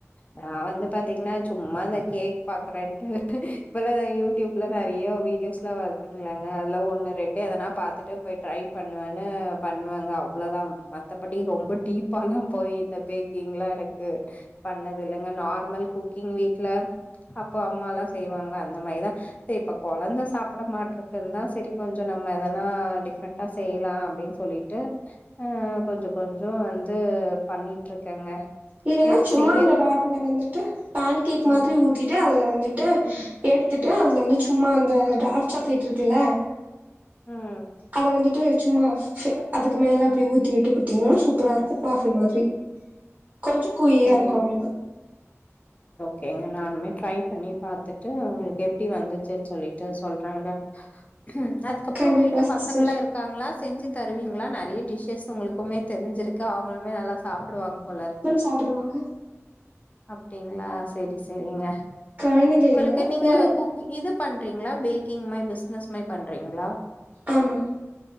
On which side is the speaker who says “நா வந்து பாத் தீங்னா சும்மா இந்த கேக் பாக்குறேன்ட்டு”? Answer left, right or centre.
Left